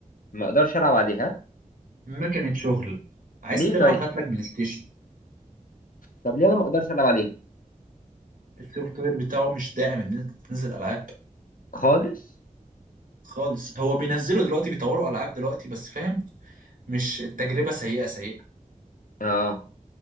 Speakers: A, on the left; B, on the right.
A: ما اقدرش العب عليها
B: ما كانت شغل عايز
A: ليه
B: تلعب
A: طيب
B: هات لك بلاي ستيشن
A: طب ليه انا ما اقدرش العب عليه
B: السوفت وير بتاعه مش داعم ان انت تنزل العاب
A: خالص
B: خالص هو بينزلوا دلوقتي بيطوروا العاب دلوقتي بس فاهم مش التجربه سيئه سيئه
A: اه